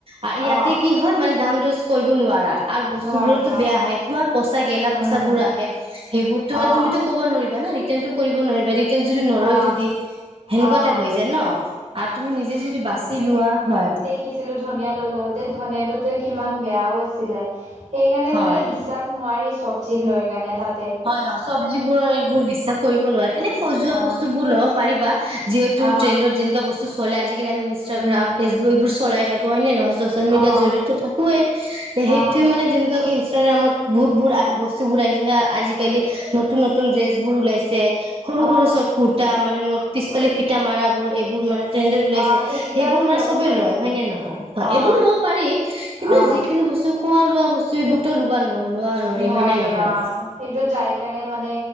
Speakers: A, on the right; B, on the right.
A: আৰু ইয়াতে
B: অ
A: কি হয় মানে দাম দচ কৰিব নোৱাৰা আৰু বস্তু
B: নোৱাৰি
A: বোৰতো
B: অ
A: বেয়া আহে কিমান পইচা গেলা
B: উম
A: পইচাবোৰ আহে সেইবোৰতো মানে
B: অ
A: তুমিতো ক'ব নোৱাৰিবা না ৰিটাৰ্ণটো কৰিব নোৱাৰিবা ৰিটাৰ্ণ যদি নলয়
B: অ
A: যদি সেনেকুৱা
B: অ
A: হৈ যায় ন আৰু তুমি নিজে যদি বাচি লোৱা হয়
B: দেখিছিলো ধনিয় ললো তে ধনিয়টোত কিমান বেয়াও আছিলে, সেইকাৰণে
A: হয়
B: মানে বিশ্বাস নোৱাৰি চব্জি লৈকেনে তাত।
A: হয়, হয়। চব্জিবোৰৰ এইবোৰ বিশ্বাস- কৰিব নোৱাৰি। এনে সজোৱা
B: অ
A: বস্তুবোৰ ল'ব পাৰিবা, যিহেতু
B: অ
A: ট্ৰেণ্ডত যেনেকা বস্তু চলে। আজিকালি আমি- ইনষ্টাগ্ৰাম
B: উম
A: ফেচবুক এইবোৰ চলাই থাক কয় নে নহয়, চচিয়েল
B: অ
A: মিডিয়াত জৰিয়তো থাকোৱে, সেইটোয়ে
B: অ
A: মানে, যেনেকোৱাকে ইনষ্টাগ্ৰামত বহুত, বহুত আহে বস্তুবোৰ আহে যেনেকে, আজিকালি নতুন, নতুন ড্ৰেছবোৰ ওলাইছে। সৰু
B: অ
A: সৰু চৰ্ত কুৰ্তা মানে ন পিছ পালি ফিটা মাৰ বোৰ এইবোৰ মানে ট্ৰেণ্ডত ওলাইছে।
B: অ সেইকেইটা
A: সেইবোৰ মানে
B: ল'ব
A: চবে
B: পাৰি
A: লয়, হয় নে নহয়? হয়,
B: অ
A: এইবোৰ ল'ব পাৰি,
B: অ
A: কিন্তু যিখিনি বস্তু খোৱা লোৱা বস্তু এইবোৰতো লোৱা ন লোৱা নৰি
B: নোৱাৰি
A: হয় নে নহয়?
B: অ সেইটো যাই কাৰণে মানে